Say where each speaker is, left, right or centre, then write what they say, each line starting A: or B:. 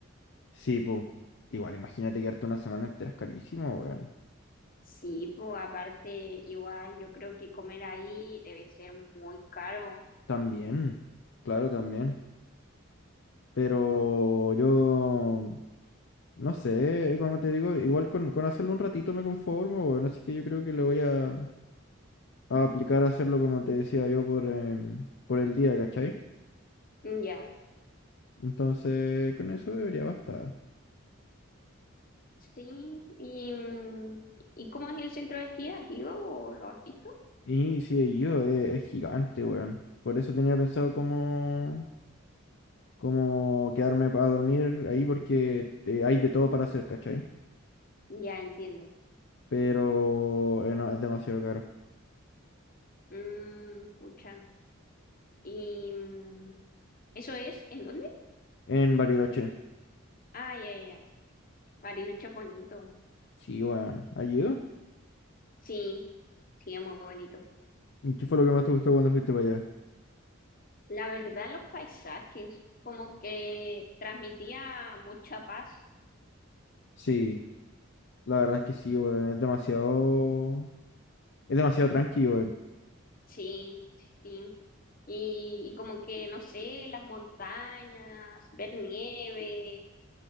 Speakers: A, on the left; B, on the left.
A: Sí, pues. Igual, imagínate quedarte una semana entera es carísimo, weón.
B: Sí, pues aparte igual yo creo que comer ahí debe ser muy caro.
A: También. Claro, también. Pero yo no sé, como te digo, igual con, con hacerlo un ratito me conformo, weón. Así que yo creo que le voy a, a aplicar a hacerlo como te decía yo por, em, por el día, ¿cachai?
B: Mm, Ya,
A: Entonces, con eso debería bastar.
B: sí. ¿Y, mm, ¿y cómo es el centro de esquí? ¿Has ido o lo has visto?
A: Y si he ido, es, es gigante, weón. Por eso tenía pensado como, como quedarme para dormir ahí porque eh, hay de todo para hacer, ¿cachai?
B: Ya entiendo.
A: Pero eh, no, es demasiado caro.
B: Mm, pucha. ¿Y mm, eso es en dónde?
A: En Bariloche.
B: Ah, ya, ya. ya. Bariloche es bonito.
A: Sí, weón. ¿Has ido?
B: Sí, sí, es muy bonito.
A: ¿Y ¿Qué fue lo que más te gustó cuando fuiste para allá?
B: La verdad, los paisajes, como que transmitía mucha paz,
A: Sí, la verdad es que sí, weón. Es demasiado... Es demasiado tranquilo, weón.
B: sí, sí. Y, y como que, no sé, las montañas, ver nieve,